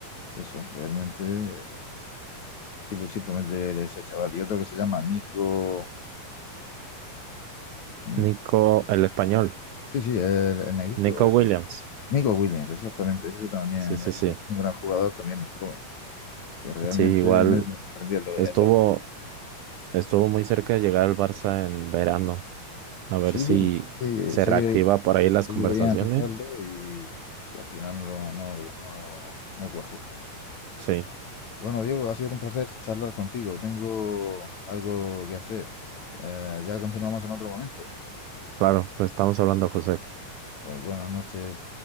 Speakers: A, on the left (about 50°); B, on the right (about 85°).
A: eso, realmente eh, sí, pues sí promete ese chaval. Y otro que se llama Nico. mm,
B: Nico, el español,
A: Sí, sí, el, el negrito,
B: Nico
A: el-
B: Williams.
A: Nico Williams, exactamente. Ese también
B: Sí, sí,
A: es
B: sí.
A: un, un gran jugador, también muy joven. Que realmente
B: Sí, igual
A: me, me sorprendió el,
B: estuvo,
A: el Euro.
B: estuvo muy cerca de llegar al Barça en verano. A ver
A: Sí,
B: si
A: sí,
B: se
A: sé
B: reactiva
A: que,
B: por ahí las
A: sé
B: conversaciones.
A: que querían ficharlo y, y al final no, no, no, no cuajó.
B: Sí,
A: Bueno, Diego, ha sido un placer charlar contigo. Tengo algo que hacer. Eh, ya continuamos en otro momento.
B: claro, pues estamos hablando, José.
A: Bueno, buenas noches.